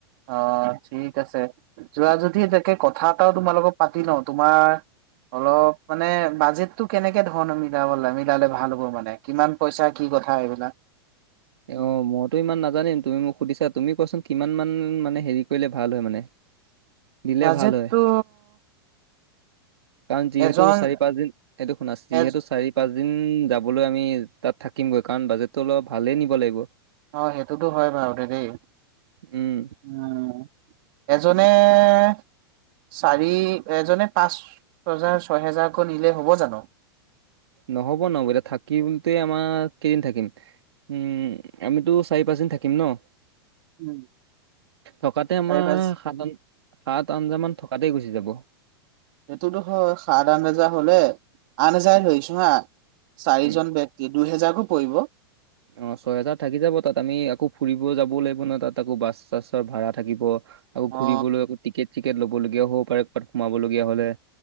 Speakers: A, on the right (about 55°); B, on the right (about 80°).
A: অ ঠিক আছে যোৱা যদি তাকে কথা এটাও তোমাৰ লগত পাতি লওঁ তোমাৰ অলপ মানে বাজেটো কেনেকে ধৰণৰ মিলাব মিলালে ভাল হ'ব মানে কিমান পইচা কি কথা এইবিলাক
B: অ মইতো ইমান নাজানিম তুমি মোক সুধিছা তুমি কোৱাচোন কিমান মান মানে হেৰি কৰিলে ভাল হয় মানে দিলে
A: বাজেটটো
B: ভাল হয় কাৰণ যিহেতু
A: এজন
B: চাৰি পাঁচ দিন এইটো শুনা যিহেতু
A: এ
B: চাৰি পাঁচদিন ওম যাবলৈ আমি তাত থাকিমগৈ কাৰণ বাজেটটো অলপ ভালেই নিব লাগিব
A: অ সেইটোতো হয় বাৰু দেই
B: উম
A: উম এজনে এ চাৰি এজনে পাঁচ হাজাৰ ছহেজাৰকৈ নিলে হ'ব জানো
B: নহ'ব না এতিয়া থাকিমতো আমাৰ কেইদিন থাকিম উম আমিতো চাৰি পাঁচদিন থাকিম ন
A: উম
B: থকাতে আমাৰ
A: চাৰি পাঁচ
B: সাত আ সাত মান থকাতে গুচি যাব
A: সেইটোতো হয় সাত আঠ হাজাৰ হলে আঠ হাজাৰ লৈছো হা চাৰিজন
B: উম
A: ব্যক্তি দুই হেজাৰকে পৰিব
B: অ ছয় হেজাৰ থাকি যাব তাত আমি আকৌ ফুৰিব যাবও লাগিব ন তাত আকৌ বাছ চাছৰ ভাড়া থাকিব আকৌ
A: অ
B: ঘূৰিবলৈ আকৌ টিকেট চিকেট লবলগীয়াও হ'ব পাৰে কবাত সোমাবলগীয়া হলে